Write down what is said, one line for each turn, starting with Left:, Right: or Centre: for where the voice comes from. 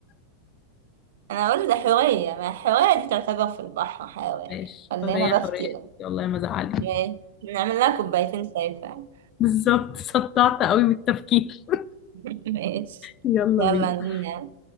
Right: انا اقول ده حورية ما الحورية دي تعتبر في البحر حيوان
Left: ماشي
Right: يعني ولا
Left: حرية
Right: انا
Left: حرية
Right: بفتي ولا
Left: والله ما زعلت
Right: ماشي نعمل لها كوبايتين شاي فعلا
Left: بالظبط صدعت قوي بالتفكير
Right: <laughs> ماشي
Left: <laughs> يلا
Right: يلا
Left: بينا
Right: نمنا